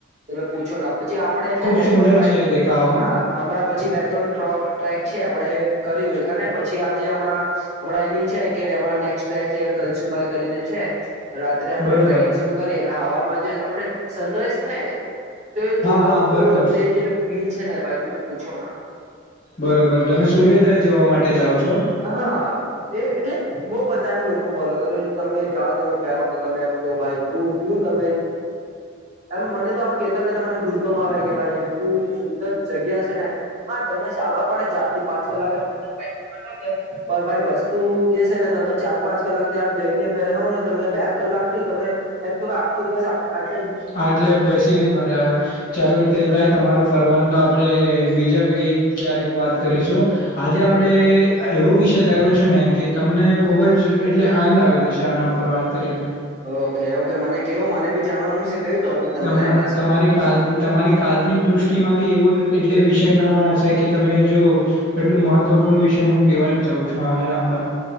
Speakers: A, on the right (about 35°); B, on the left (about 40°).
A: તમે પૂછો ના પછી આપડે એટલે
B: ખૂબ
A: બે
B: સુંદર
A: ત્રણ ટ્રેક
B: છે દેખાવામાં
A: હા હમણાં પછી બે ત્રણ ટ્રોપ ટ્રેક છે આપડે કરીબ ક અને પછી આજે હમણાં અમને એન કે એ કે આપણા નેક્સ્ટ ટ્રેક કલ્સુ બાય કરીને છે રાત્રે આપણે
B: બરોબર
A: ટ્રેકિંગ શરૂ કરીએ એટલે હવારમાં જે આપે સનરાઈઝ થાય ને તે
B: હા
A: જોવાનું
B: હા બરોબર
A: તે જે ફીલ છે ને ભાઈ તમે પૂછો ના
B: બરોબર તમે સૂર્યોદય જોવા માટે જાઓ છો
A: હા એ એટલે બઉ બધા એમ લોકો ફોલો કરેને તમે જાઓ તમે બેઓ ને તમે એમ કો ભાઈ હું તમે એમ મને તો આ કેતા કેતા મને ગુઝબમ આવે કે ભાઈ એટલું સુંદર જગ્યા છે ને હા તમને ચાલવા પડે ચાર થી પાંચ કલાક એમ તમને ટ્રે <unintelligible> પણ ભાઈ વસ્તુ જે છે ને તમે ચાર પાંચ કલાક ત્યાં જઈને બેહોને તમને બે કલા લાક નહી તમે એમ કેવાય આખો દિવસ આટ
B: હા એટલે બેસીને જ મજા આવે ચાલ હિતેશભાઈ તમારું ફરવાનું તો આપણે બીજા કઈ ક્યારેક વાત કરીશું આજે આપડે એવો વિષ લાવ્યો છું ને કે તમને ખૂબ જ એટલે આનંદ આવી જશે આના ઉપર વાત કરીને
A: ઓકે ઓકે મને કેવું મને બી જાણવાનું છે કયું ટોપિક તમે
B: તમારી
A: લાવ્યા છો
B: તમારી કાલ્પનિ તમારી કાલ્પનિક દ્રષ્ટિમાં બી એવુ એટલે વિષય ના હશે કે તમે જો એટલું મહત્વપૂર્ણ વિષય હું કેવા જાઉં છું હમણાં